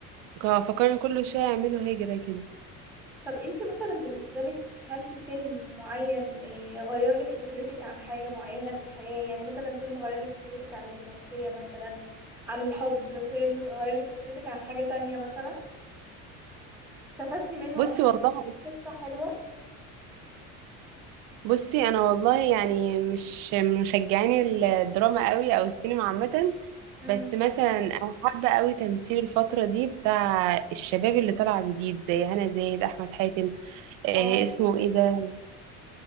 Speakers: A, on the right; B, in the centre.
A: كا- فكانوا كل شوية يعملوا هجرة كده
B: طب انتي مثلا بالنسبه لك هل في فيلم معين آه، غير لك فكرتك عن حاجه معينه في الحياه يعني مثلا فيلم غير لك فكرتك عن الرومانسيه مثلا عن الحب فيلم غير لك فكرتك عن حاجه تانية مثلا استفدتي منه
A: بصي
B: او حسيتي
A: والله
B: إن قصة حلوة
A: بصي انا والله يعني مش مشجعاني الدراما قوي او السينما عامه
B: امم
A: بس مثلا انا حابه قوي تمثيل الفتره دي بتاع الشباب اللي طالع جديد زي هنا زاهد احمد حاتم آه
B: اه
A: اسمه ايه ده